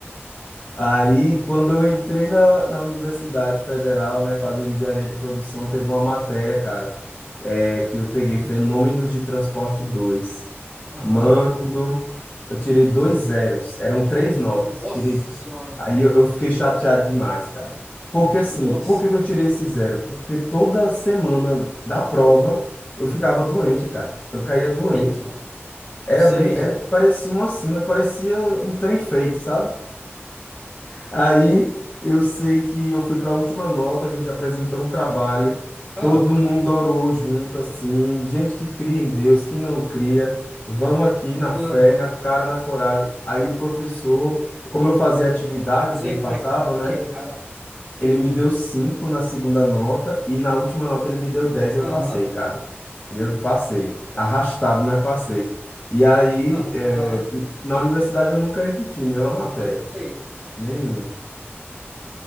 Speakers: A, on the left (about 30°); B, on the right (about 15°).
A: Aí, quando eu entrei na, na Universidade Federal, né, fazendo engenharia de produção, teve uma matéria, cara, é, que eu peguei Fenômenos de Transporte dois
B: Aham.
A: Mano, eu tirei dois zeros, eram três notas.
B: Nossa
A: Tirei...
B: senhora.
A: Aí eu, eu fiquei chateado demais, cara. Porque assim,
B: Nossa.
A: por que que eu tirei esse zero? Porque toda semana da prova eu ficava doente, cara. Eu caía doente.
B: Mim.
A: Era,
B: Sei.
A: brin... Era... Parecia uma sina, parecia um trem feito, sabe? Aí eu sei que eu fui para a última nota, a gente apresentou um trabalho,
B: Ah,
A: todo mundo orou junto, assim, gente que cria em Deus, que não cria, vamos aqui na
B: ah.
A: fé, na cara, na coragem. Aí o professor, como eu fazia a atividade que
B: Sei
A: ele passava,
B: como é
A: né?
B: que é, cara.
A: Ele me deu cinco na segunda nota e na última nota ele me deu 10 e eu
B: Aham.
A: passei, cara. E Eu passei, arrastado, mas passei. E aí,
B: Aham.
A: eh, na universidade eu nunca repeti nenhuma
B: Aham.
A: matéria,
B: Sei.
A: nenhuma.